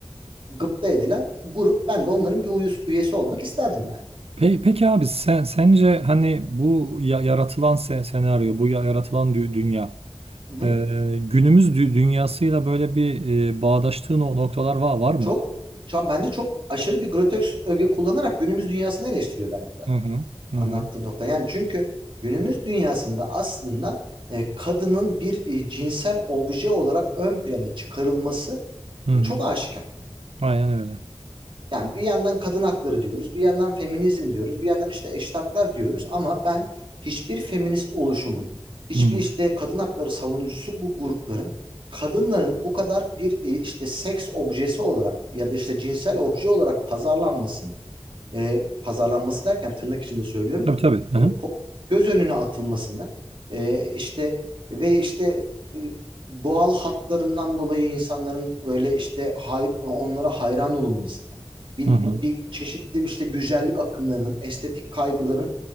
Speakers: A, on the right; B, on the right.
A: gıpta edilen grup. Ben de onların bir uyus- üyesi olmak isterdim yani.
B: Pe- Peki abi sen sence hani bu ya- yaratılan se- senaryo, bu ya- yaratılan dü- dünya
A: Hı hı.
B: Ee, günümüz dü- dünyasıyla böyle bir e, bağdaştığı no- noktalar var, var mı?
A: Çok, çok bence çok aşırı bir grotesk öge kullanarak günümüz dünyasını eleştiriyor bence.
B: Hı hı. Hı
A: anlattığın
B: hı.
A: nokta. Yani çünkü günümüz dünyasında aslında e, kadının bir e, cinsel obje olarak ön plana çıkarılması
B: Hı
A: e,
B: hı.
A: çok aşikar.
B: Aynen öyle.
A: Yani bir yandan kadın hakları diyoruz, bir yandan feminizm diyoruz, bir yandan işte eşit haklar diyoruz ama ben hiçbir feminist oluşumun, hiçbir
B: Hı hı.
A: işte kadın hakları savunucusu bu grupların kadınların bu kadar bir e, işte seks objesi olarak ya da işte cinsel obje olarak pazarlanmasını e, pazarlanması derken tırnak içinde söylüyorum.
B: Tabii tabii. Hı
A: E,
B: hı.
A: pop- göz önüne atılmasını e, işte ve işte e, doğal hatlarından dolayı insanların böyle işte hay- onlara hayran olunmasını bir,
B: Hı hı.
A: bir çeşitli işte güzellik akımlarının estetik kaygıların